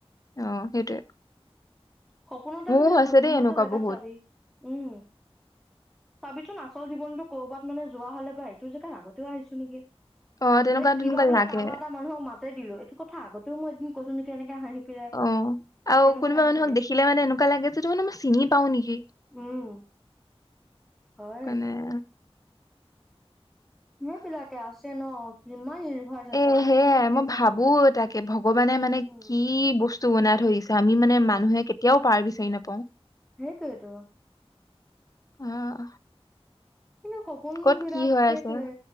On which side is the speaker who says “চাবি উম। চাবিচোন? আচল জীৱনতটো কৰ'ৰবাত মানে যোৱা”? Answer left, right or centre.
Centre